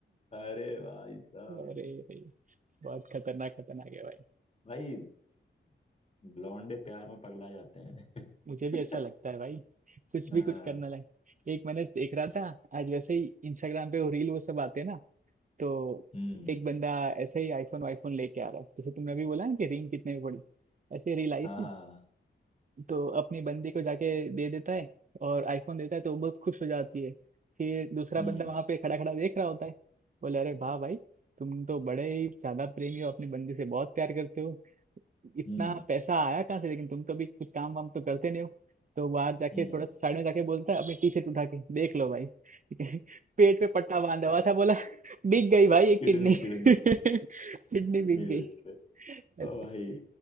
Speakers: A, on the left (about 35°); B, on the right (about 40°).
A: अरे भाई साहब
B: अरे भाई बहुत खतरनाक खतरनाक है भाई
A: भाई लौंडे प्यार में पगला जाते हैं
B: मुझे भी
A: <laughs>
B: ऐसा लगता है भाई कुछ
A: हाँ
B: भी कुछ करना लगे एक मैंने देख रहा था आज वैसे ही इंस्टाग्राम पे वो रील वो सब आते हैं ना तो
A: हम्म
B: एक बंदा ऐसे ही आईफोन वाईफोन लेके आ रहा है जैसे तुमने अभी बोला ना कि रिंग कितने में पड़ी ऐसे ही रील आई
A: हाँ
B: थी
A: हाँ, हाँ,
B: तो अपनी बंदी को जाके दे देता है और आईफोन देता है तो वो बहुत खुश हो जाती है फिर दूसरा
A: हम्म
B: बंदा वहां पे खड़ा खड़ा देख रहा होता है बोले अरे वाह भाई तुम तो बड़े ही ज्यादा प्रेमी हो अपनी बंदी से बहुत प्यार करते हो इतना
A: हम्म
B: पैसा आया कहाँ से लेकिन तुम तो अभी कुछ काम वाम तो करते नहीं हो तो बाहर जाके
A: हम्म
B: थोड़ा साइड में जाके बोलता है अपनी टी शर्ट उठा के देख लो भाई <laughs> ठीक है पेट पे पट्टा बांधा हुआ था बोला बिक गई भाई ये
A: Kidney
B: किडनी
A: kidney
B: किडनी
A: किडनी
B: <laughs> बिक गई
A: बेच के हाँ
B: ऐसा
A: भाई